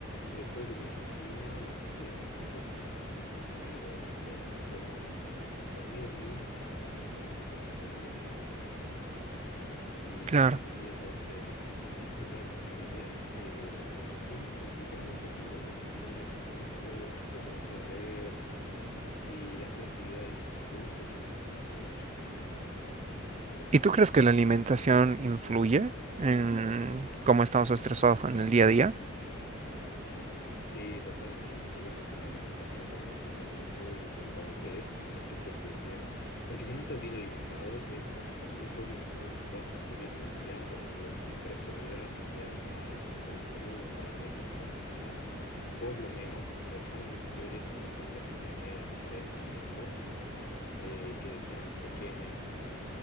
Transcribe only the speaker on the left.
después de mi rutina me sentía bastante más tranquilo, no sé, más cómodo con, conmigo mismo y con, con las cosas que tengo pendientes, digamos. Y
así, entonces, yo te recomendaría que empieces así con esas cositas, digamos, como ir al gimnasio, empezar a correr y hacer actividades que te gusten, digamos, mucho.
Sí, totalmente. O sea, yo creo que la alimentación realmente es algo muy importante para que tú estés bien. Porque si no estás bien alimentado, bien, por ejemplo, si no comes tus, todas tus comidas al día, por ejemplo, tus tres comidas, que sería al- un buen desayuno, un buen almuerzo y una buena cena, por lo menos, porque aún deberías tener comidas intermedias entre esos tiempos, eh, que sean pequeñas